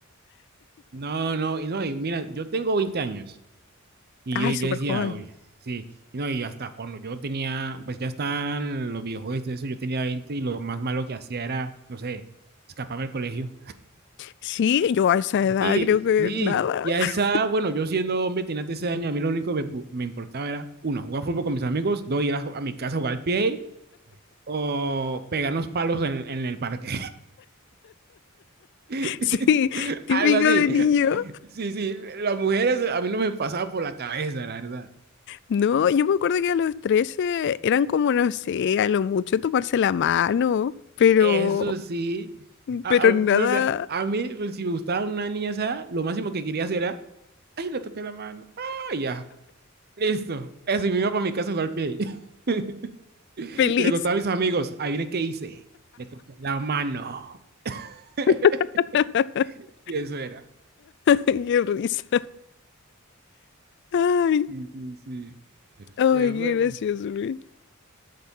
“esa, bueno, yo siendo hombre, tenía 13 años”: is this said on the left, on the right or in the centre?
Right